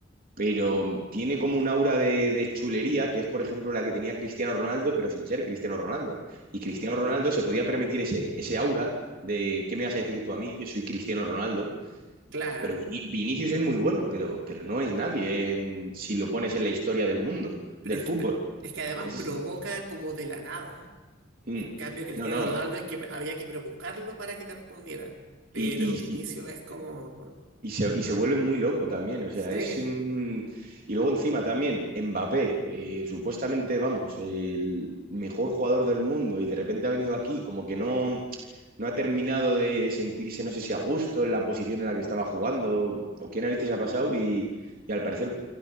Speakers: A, on the right (about 45°); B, on the right (about 70°).
A: pero tiene como un aura de, de chulería que es, por ejemplo, la que tenía Cristiano Ronaldo, pero sin ser Cristiano Ronaldo. Y Cristiano Ronaldo se podía permitir ese, ese aura de ¿qué me vas a decir tú a mí, que soy Cristiano Ronaldo?
B: claro.
A: Pero Vini- Vinicius es muy bueno, pero, pero no es nadie en- si lo pones en la historia del mundo,
B: Pero
A: del
B: es
A: fútbol.
B: que, es que además
A: Ese
B: provoca
A: es-
B: como de la nada.
A: Mm.
B: En cambio, Cristiano
A: No, no.
B: Ronaldo hay que, había que provocarlo para que te respondiera. Pero
A: Y, y-
B: Vinicius es como,
A: Y se, y se vuelve muy loco también, o sea,
B: sí,
A: es... mm, Y luego encima también Mbappé, eh, supuestamente, vamos, el mejor jugador del mundo y de repente ha venido aquí, como que no, no ha terminado de sentirse, no sé si a gusto en la posición en la que estaba jugando o qué narices ha pasado y, y al parecer